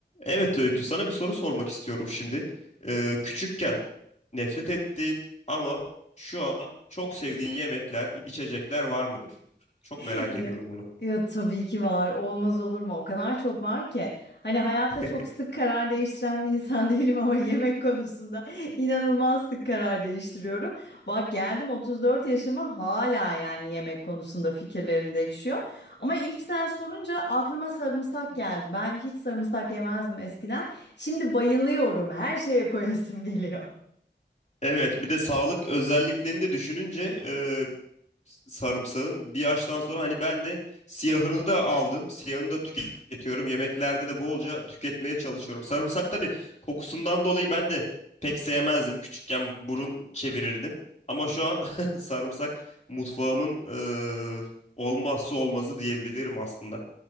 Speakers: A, on the left; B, on the left.
A: Evet Öykü, sana bir soru sormak istiyorum şimdi. Ee, küçükken nefret ettiğin ama şu an çok sevdiğin yemekler, içecekler var mıdır? Çok
B: <laughs>
A: merak
B: Ya,
A: ediyorum bunu.
B: ya tabii ki var. Olmaz olur mu? O kadar çok var ki. Hani hayatta
A: <laughs>
B: çok sık karar değiştiren bir insan <laughs> değilim ama yemek konusunda <laughs> inanılmaz sık karar değiştiriyorum. Bak geldim 34 yaşıma hala yani yemek konusunda fikirlerim değişiyor. Ama ilk sen sorunca aklıma sarımsak geldi. Ben hiç sarımsak yemezdim eskiden. Şimdi bayılıyorum. Her şeye koyasım geliyor.
A: Evet, bir de sağlık özelliklerini de düşününce e, sarımsağın bir yaştan sonra hani ben de siyahını da aldım. Siyahını da tüketiyorum. Yemeklerde de bolca tüketmeye çalışıyorum. Sarımsak tabii kokusundan dolayı ben de pek sevmezdim. Küçükken burun çevirirdim. Ama şu an <laughs> sarımsak mutfağımın eee, olmazsa olmazı diyebilirim aslında.